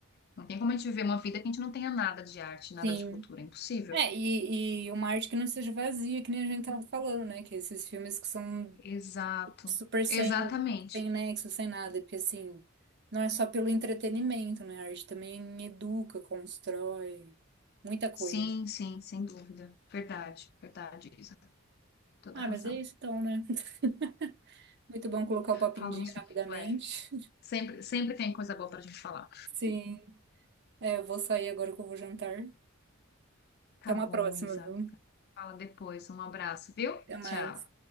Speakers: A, on the left; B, on the right.
A: Não tem como a gente viver uma vida que a gente não tenha nada de arte, nada
B: sim.
A: de cultura. É impossível.
B: É, e, e uma arte que não seja vazia, que nem a gente tava falando, né? Que esses filmes que são
A: Exato.
B: super sem,
A: Exatamente.
B: sem nexo, sem nada, porque assim, não é só pelo entretenimento, né? A arte também educa, constrói, muita coisa.
A: Sim, sim, sem dúvida. Verdade, verdade, Isa. Toda
B: Ah,
A: razão.
B: mas é isso então, né? <laughs> Muito bom colocar o papo
A: Falamos
B: em dia rapidamente.
A: muito, é.
B: <laughs>
A: Sempre, sempre tem coisa boa pra gente falar.
B: Sim, é, eu vou sair agora que eu vou jantar.
A: Tá
B: Até uma
A: bom,
B: próxima,
A: Isa.
B: viu?
A: Fala depois. Um abraço, viu?
B: Até mais.
A: Tchau.